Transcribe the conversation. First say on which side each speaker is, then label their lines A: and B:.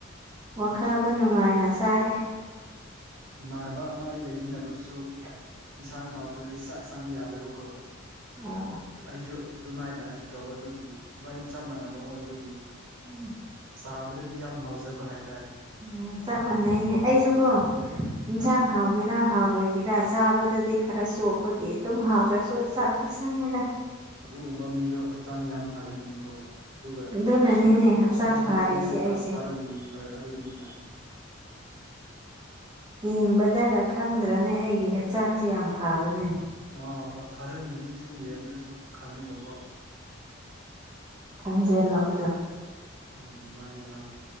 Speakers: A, on the right; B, on the right.
A: ꯋꯥꯈꯜꯗ ꯅꯨꯡꯉꯥꯏꯅ ꯆꯥꯔꯦ
B: ꯏꯃꯥꯟꯅꯕ ꯑꯃ ꯑꯩ ꯂꯩꯃꯤꯟꯅꯕꯗꯨꯁꯨ ꯏꯟꯁꯥꯡ ꯍꯥꯎꯗ꯭ꯔꯗꯤ ꯆꯥꯛ ꯆꯣꯕ ꯌꯥꯗꯕꯀꯣ
A: ꯑꯣ
B: ꯑꯩꯁꯨ ꯑꯗꯨꯃꯥꯏꯅ ꯑꯩꯁꯨ ꯇꯧꯕ ꯑꯗꯨꯒꯤ ꯏꯕꯥꯅꯤ ꯆꯞ ꯃꯥꯟꯅꯕꯀꯣ ꯑꯗꯨꯒꯤ
A: ꯎꯝ
B: ꯆꯥꯕꯗꯗꯤ ꯌꯥꯝ ꯉꯥꯎꯖꯕ ꯍꯥꯏ
A: ꯎꯝ ꯆꯞ ꯃꯥꯟꯅꯩꯅꯦ ꯑꯩꯁꯨꯀꯣ ꯏꯟꯁꯥꯡ ꯍꯥꯎꯒꯦꯔꯥ ꯍꯥꯎ ꯔꯣꯏꯒꯦꯔꯥ ꯆꯥꯕꯗꯗꯤ ꯈꯔ ꯆꯣꯞꯄꯒꯤ ꯑꯗꯨꯝ ꯍꯥꯎꯇ꯭ꯔꯁꯨ ꯆꯥꯛꯇꯤ ꯆꯪꯉꯦꯗ
B: ꯑꯗꯨꯒꯨꯝꯕ ꯃꯤꯗꯣ ꯍꯛꯆꯥꯡ ꯌꯥꯝ ꯐꯥꯒꯟꯕꯅꯤꯀꯣ ꯑꯗꯨꯒ
A: ꯑꯗꯨꯅꯅꯤꯅꯦ
B: ꯁꯣꯝ
A: ꯍꯛꯆꯥꯡ
B: ꯁꯣꯝꯁꯨ
A: ꯐꯥꯔꯤꯁꯦ
B: ꯍꯛꯆꯦꯡ ꯌꯥꯝ
A: ꯑꯩꯁꯦ
B: ꯐꯥꯔꯝꯒꯅꯤ ꯍꯣꯏ ꯑꯗꯨꯅꯤ ꯕ
A: ꯌꯦꯡꯕꯗꯒ ꯈꯪꯗ꯭ꯔꯅꯦ ꯑꯩꯒꯤ ꯍꯛꯆꯥꯡꯁꯦ ꯌꯥꯝ ꯐꯕꯅꯦ
B: ꯑꯥ ꯐ-ꯐꯥꯔꯝꯒꯅꯤ ꯁꯨꯝ ꯌꯦꯡꯕꯗꯁꯨ ꯈꯪꯉꯦꯕꯀꯣ
A: ꯀꯪꯖꯦꯜꯂꯛꯑꯣꯗꯣ
B: ꯎꯝ ꯃꯥꯅꯦ ꯃꯥꯅꯦ